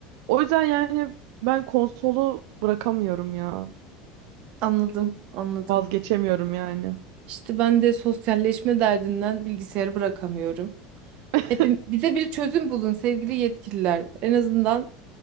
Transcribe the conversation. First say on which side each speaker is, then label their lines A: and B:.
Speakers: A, on the right; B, on the right.
A: O yüzden yani ben konsolu bırakamıyorum ya.
B: Anladım, anladım.
A: Vazgeçemiyorum yani.
B: İşte ben de sosyalleşme derdinden bilgisayarı bırakamıyorum.
A: <laughs>
B: Hepim bize bir çözüm bulun sevgili yetkililer. En azından